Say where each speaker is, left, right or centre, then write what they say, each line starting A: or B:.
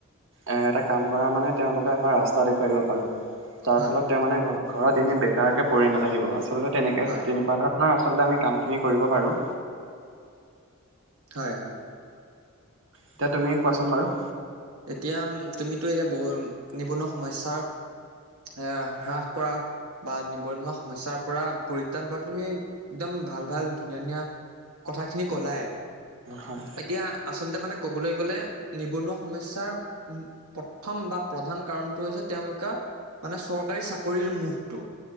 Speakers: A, on the right; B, on the right.
A: এ এটা কাম কৰা মানে তেওঁলোকৰ এটা ৰাস্তা তা দেখুৱাই দিব পাৰো যাৰ
B: হয়
A: ফলত তেওঁ মানে ঘ ঘৰত এনে বেকাৰকে পৰি নাথাকিব তেনেকুৱা
B: হয়
A: ধৰণৰ আচল আমি কামখিনি কৰিব পাৰো
B: হয় হয়
A: এতিয়া তুমি কোৱাচোন বাৰু
B: এতিয়া তুমিতো এতিয়া বহু নিবনুৱা সমস্যাৰ এ হ্ৰাস কৰা বা নিবনুৱা সমস্যাৰ পৰা পৰিত্ৰাণ কৰাটো তুমি একদম ভাল ভাল ধুনীয়া ধুনীয়া কথা খিনি কলাই
A: হয়
B: এতিয়া আচলতে মানে কবলৈ গ'লে নিবনুৱা সমস্যাৰ উ প্ৰথম বা প্ৰধান কাৰণটো হৈছে তেওঁলোকৰ মানে চৰকাৰী চাকৰিৰ মুখটো